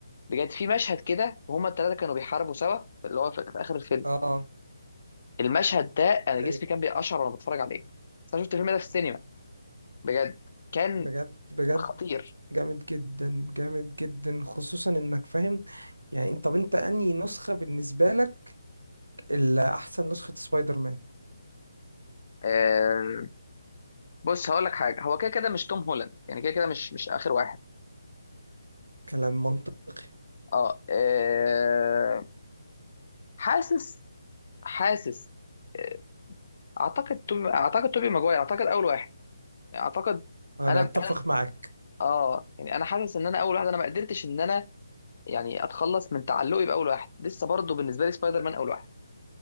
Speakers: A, on the left; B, on the right.
A: بجد في مشهد كده وهما التلاتة كانوا بيحاربوا سوا اللي هو في, في آخر الفيلم
B: اه
A: المشهد ده أنا
B: طيب
A: جسمي كان بيقشعر وأنا بتفرج عليه بس أنا شفت الفيلم ده في السينما بجد كان
B: بجد بجد
A: خطير
B: جامد جدا جامد جدا خصوصا انك فاهم يعني انت- طب انت انهي نسخة بالنسبة لك اللي احسن نسخة سبايدر مان
A: آه بص هقول لك حاجة هو كده كده مش توم هولاند يعني كده كده مش مش آخر واحد
B: كلام منطقي
A: اه, آه حاسس حاسس آه، اعتقد توبي اعتقد توبي ماجواير اعتقد اول واحد يعني اعتقد
B: انا
A: انا
B: اتفق
A: انا
B: معاك
A: اه يعني انا حاسس ان انا اول واحد انا ما قدرتش ان انا يعني اتخلص من تعلقي باول واحد لسه برضه بالنسبه لي سبايدر مان اول واحد